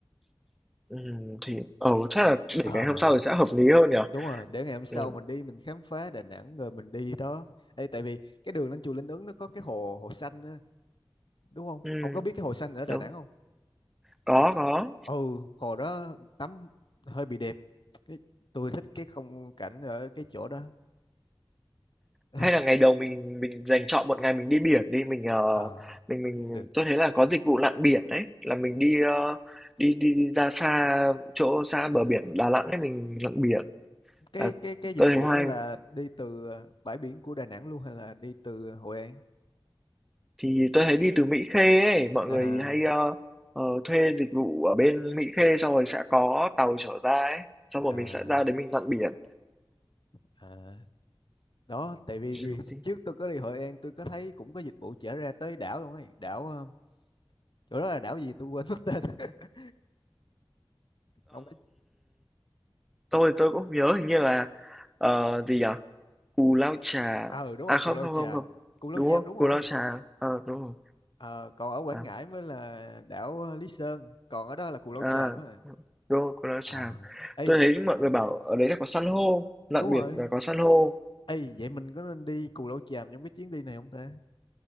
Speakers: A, in the centre; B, on the left.
A: Ừm, thì ừ, chắc là
B: Ờ
A: để ngày hôm sau thì sẽ hợp lý hơn nhỉ?
B: đúng rồi, để ngày hôm sau
A: Ừm,
B: mình đi mình khám phá Đà Nẵng rồi mình đi đó. Ê, tại vì cái đường lên chùa Linh Ứng nó có cái hồ hồ xanh á, đúng không?
A: ừm,
B: Ông có biết cái hồ xanh ở Đà
A: đúng,
B: Nẵng không?
A: có, có.
B: Ừ, hồ đó tắm hơi bị đẹp. Cái- Tôi thích cái không cảnh ở cái chỗ đó. <laughs>
A: Hay là ngày đầu mình mình dành chọn một ngày mình đi biển đi, mình, ờ,
B: Ờ
A: mình mình
B: cũng được.
A: tôi thấy là có dịch vụ lặn biển đấy là mình đi, ơ, đi đi đi ra xa chỗ xa bờ biển Đà Nẵng ấy, mình lặn biển.
B: cái
A: À,
B: cái cái dịch
A: tôi
B: vụ
A: thấy hay.
B: đó là đi từ à, bãi biển của Đà Nẵng luôn hay là đi từ Hội An
A: Thì tôi thấy đi từ Mỹ Khê ấy, mọi người
B: à,
A: hay, ơ, ờ, thuê dịch vụ ở bên Mỹ Khê xong rồi sẽ có tàu chở ra ấy, xong
B: à,
A: rồi mình sẽ ra đấy mình lặn biển.
B: à. đó tại vì
A: Ừm,
B: đi-
A: thì,
B: trước tôi có đi Hội An tôi có thấy cũng có dịch vụ chở ra tới đảo luôn ấy đảo ờ, chỗ đó là đảo gì tôi quên mất tên <laughs> ông ấy
A: tôi tôi cũng không nhớ hình như là, ờ, gì nhỉ? Cù Lao Chà
B: à ừ đúng
A: à
B: rồi
A: không,
B: Cù Lao
A: không,
B: Chàm
A: không, không,
B: Cù Lao
A: đúng
B: Chàm
A: không?
B: đúng
A: Cù
B: rồi
A: Lao Chà, ờ, đúng rồi,
B: Ờ, còn ở Quảng
A: à,
B: Ngãi mới là đảo ờ, Lý Sơn còn ở đó là Cù Lao
A: à,
B: Chàm á
A: đúng rồi, Cù Lao Chàm.
B: à ê
A: Tôi thấy mọi người bảo ở đấy là có san hô, lặn
B: đúng rồi
A: biển là có san hô
B: ê vậy mình có nên đi Cù Lao Chàm trong cái chuyến đi này không ta